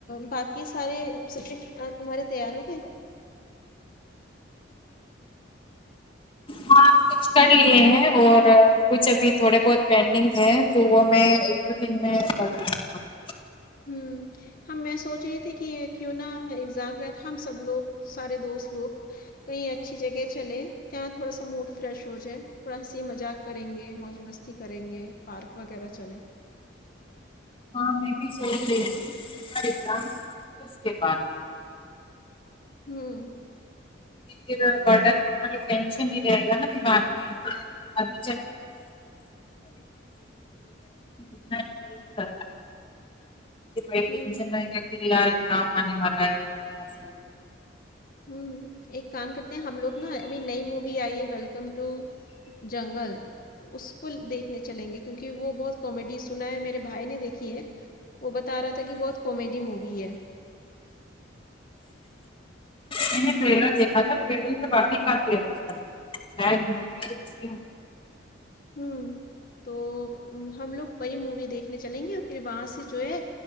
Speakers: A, on the left (about 45°); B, on the left (about 25°).
A: باقی سارے سبجیکٹ اج تمہارے تیار ہو گئے
B: ہاں کچھ کر لیے ہیں اور کچھ ابھی تھوڑے بہت پینڈنگ ہے تو وہ میں دو دن میں کر ہوں
A: ہوں ہم میں سوچ رہی تھی کہ کیوں نہا ایگزام کا تھا ہم سب لوگ سارے دوست لوگ کہئی اچھی جگہ چلے جہاں تھوڑا سا موڈ فریش ہو جائے تھوڑا ہنسی مذاق کریں گے موج مستی ای کریں گے پارک وغیرہ چلیں
B: ہاں میں بھی سوچ رہی تھی کا اگزام کرانا تھا اس کے بعد
A: ہوں
B: پھر برڈن مطلب ٹینشن نہیں رہے گا نا دماغ میں ابھی <unintelligible> کر پائیں <unintelligible>
A: ہوں
B: یار کام آنے والا ہے یہ وغیرہ س
A: ہوں ایک کام کرتے ہیں ہم لوگ نا ابھی نئی مووی آئی ہے ویلکم ٹو جنگل اس کو دیکھ چلیں گے کیونکہ وہ بہت کامیڈی سنا ہے میرے بھائی نے دیکھی ہے وہ بتا رہا تھا کہ بہت کومیڈی مووی ہے
B: میں نے ٹریلر دیکھا تھا ٹلر سے باقی کافی اچھا <unintelligible>
A: ہوں تو ہم لوگ وہئی مووی دیکھنے چلیں گے اور پھر وہاں سے جو ہے